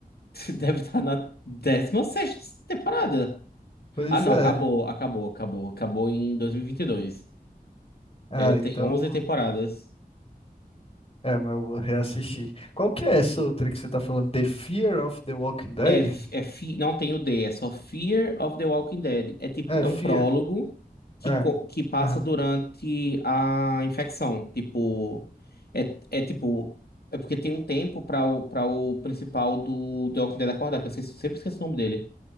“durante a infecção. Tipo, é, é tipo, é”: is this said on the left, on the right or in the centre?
Left